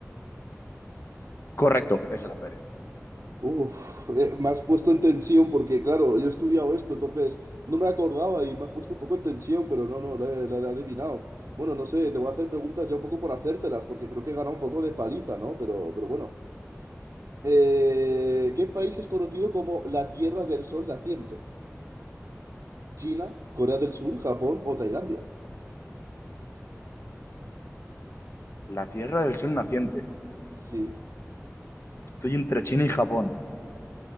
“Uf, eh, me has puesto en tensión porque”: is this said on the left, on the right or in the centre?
Right